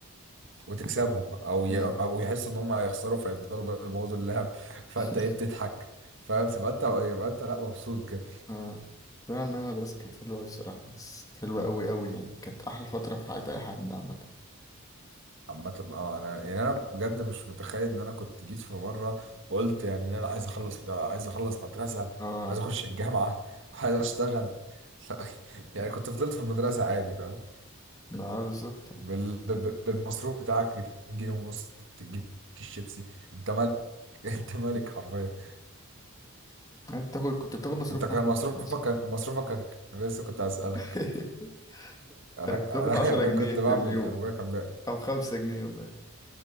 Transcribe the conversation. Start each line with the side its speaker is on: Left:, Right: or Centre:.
Right: وتكسبهم بقى او ي...
Left: امم
Right: او يحسوا ان هم هيخسروا فيفضلوا بقى يبوظوا اللعب <laughs> فانت
Left: <laughs>
Right: ايه بتضحك فاهم تبقى انت يبقى انت لا مبسوط كده
Left: اه فعلا إن المدرسه كانت حلوه أوي الصراحه بس كانت حلوه قوي قوي يعني كانت احلى فتره في حياه اي حد عامه
Right: عامة اه انا يعني انا بجد مش متخيل ان انا كنت جيت في مره وقلت يعني ان انا عايز اخلص عايز اخلص مدرسه
Left: اه
Right: عايز اخش الجامعه عايز اشتغل <laughs> لا، يعني كنت فضلت في المدرسه عادي فاهم
Left: ما هو بالظبط <laughs>
Right: بال... ب- ب- بالمصروف بتاعك 2 جنيه ونص تجيب كيس شيبسي انت مالك <laughs> انت مالك حرفيا
Left: انت بتاخد كنت بتاخد مصروف
Right: انت
Left: كام
Right: كان
Left: في المدرسه
Right: مصروفك
Left: اصلا
Right: كان مصروفك كان انا لسه كنت هسألك
Left: <laughs>
Right: انا
Left: انا كنت
Right: انا,
Left: باخد 10
Right: <laughs> أنا
Left: جنيه
Right: كنت
Left: في
Right: بعمل
Left: اليوم
Right: ايه؟ انا ابويا كان بيعمل
Left: او 5 جنيه والله